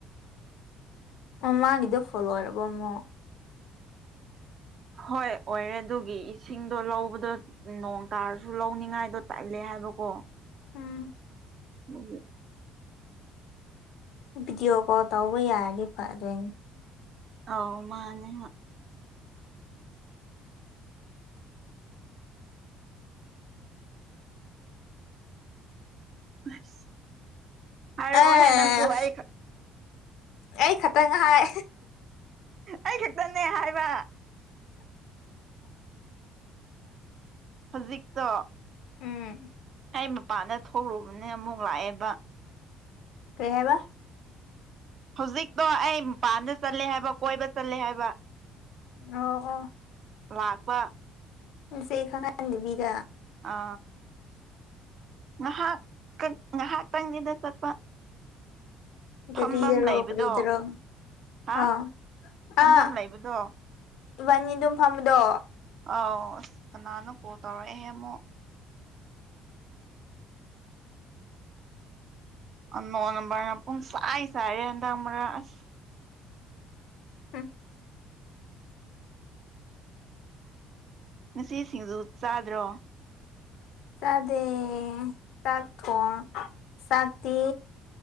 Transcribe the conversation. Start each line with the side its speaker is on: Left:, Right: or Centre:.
Left: ꯃꯥꯒꯤꯗꯣ ꯐꯣꯂꯣ ꯑꯣꯏꯔꯕ ꯑꯃꯣ
Right: ꯍꯣꯏ ꯑꯣꯏꯔꯦ ꯑꯗꯨꯒꯤ ꯏꯁꯤꯡꯗꯣ ꯂꯧꯕꯗꯣ ꯅꯣꯡ ꯇꯥꯔꯁꯨ ꯂꯧꯅꯤꯡꯉꯥꯏꯗꯣ ꯇꯠꯂꯦ ꯍꯥꯏ ꯍꯥꯏꯕꯣ ꯀꯣ
Left: ꯎꯝ
Right: ꯃ
Left: ꯚꯤꯗꯤꯑꯣ ꯀꯣꯜ ꯇꯧꯕ ꯌꯥꯔꯗꯤ ꯐ ꯑꯗꯨ
Right: ꯑꯥꯎ ꯃꯥꯅꯦ ꯑꯁ ꯍꯥꯏꯔꯛꯑꯣꯍꯦ
Left: ꯑꯦ
Right: ꯅꯪꯁꯨ ꯑꯩ
Left: ꯑꯩ ꯈꯛꯇꯪ ꯍꯥꯏ
Right: ꯑꯩ ꯈꯛꯇꯅꯦ ꯍꯥꯏꯕ ꯍꯧꯖꯤꯛꯇ
Left: ꯎꯝ
Right: ꯑꯩ ꯃꯄꯥꯟꯗ ꯊꯣꯛꯂꯨꯕꯅꯦ ꯑꯃꯨꯛ ꯂꯥꯛꯑꯦꯕ
Left: ꯀꯩ ꯍꯥꯏꯕ
Right: ꯍꯧꯖꯤꯛꯇꯣ ꯑꯩ ꯃꯄꯥꯟꯗ ꯆꯠꯂꯦ ꯍꯥꯏꯕ ꯀꯣꯏꯕ ꯆꯠꯂꯦ ꯍꯥꯏꯕ
Left: ꯑꯣ ꯑꯣ
Right: ꯂꯄ
Left: ꯁꯦ ꯈꯪꯍꯟꯗꯕꯤꯗ
Right: ꯑ ꯉꯍꯥꯛ ꯉꯍꯥꯛ ꯇꯪꯅꯤꯗ ꯆꯠꯄ ꯐꯐꯝꯝ
Left: ꯒꯥꯔꯤꯗꯔꯣ
Right: ꯂꯩꯕꯗꯣ
Left: ꯀꯔꯤꯗꯔꯣ
Right: ꯍꯥ
Left: ꯑꯥ
Right: ꯐꯝꯐꯝꯐꯝ
Left: ꯑꯥ
Right: ꯂꯩꯕꯗꯣ
Left: ꯏꯕꯥꯅꯤ ꯑꯗꯨꯝ ꯐꯝꯕꯗꯣ
Right: ꯑꯧ ꯑꯁ ꯀꯅꯥꯅꯣ ꯀꯣꯜ ꯇꯧꯔꯛꯑꯦ ꯑꯃꯨꯛ ꯅꯣꯡ ꯅꯝꯕꯔꯅ ꯄꯨꯡꯁꯥꯏꯁꯥꯏꯔꯦꯗꯔ ꯑꯁ
Left: ꯎꯝ
Right: ꯉꯁꯤ ꯁꯤꯡꯖꯨ ꯆꯥꯗ꯭ꯔꯣ
Left: ꯆꯗꯦ ꯆꯥꯛꯊꯣꯟ ꯁꯥꯇꯤ